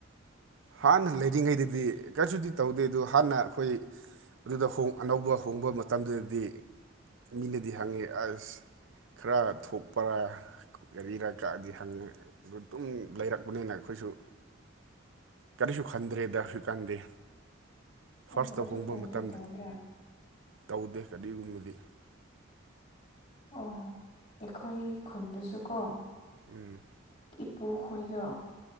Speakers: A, on the right (about 70°); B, on the left (about 40°).
A: ꯍꯥꯟꯅ ꯂꯩꯔꯤꯉꯩꯗꯗꯤ ꯀꯁꯨꯗꯤ ꯇꯧꯗꯦ ꯑꯗꯨ ꯍꯥꯟꯅ ꯑꯩꯈꯣꯏ ꯑꯗꯨꯗꯣꯡ ꯑꯅꯧꯕ ꯍꯣꯡꯕ ꯃꯇꯝꯗꯨꯗꯗꯤ ꯃꯤꯅꯗꯤ ꯍꯪꯉꯤ ꯑꯁ ꯈꯔ ꯊꯣꯛꯄꯔꯥ ꯒꯥꯔꯤꯔ ꯀꯛꯑꯗꯤ ꯍꯪꯉꯦ ꯑꯗꯨ ꯇꯝ ꯂꯩꯔꯛꯄꯅꯤꯅ ꯑꯩꯈꯣꯏꯁꯨ ꯀꯔꯤꯁꯨ ꯈꯟꯗ꯭ꯔꯦꯗꯁꯨ ꯀꯟꯗꯦ ꯐꯥꯔꯁꯇ
B: ꯑꯣ ꯑꯗꯨ
A: ꯍꯣꯡꯕ
B: ꯇꯧꯗꯤ
A: ꯃꯇꯝꯗ
B: ꯇꯧꯗ꯭ꯔꯥ
A: ꯇꯧꯗꯦ ꯀꯔꯤꯒꯨꯝꯕꯗꯤ
B: ꯑꯣ ꯑꯩꯈꯣꯏ ꯈꯨꯟꯗꯁꯨ ꯀꯣ
A: ꯎꯝ
B: ꯏꯄꯨ ꯈꯣꯏꯗꯣ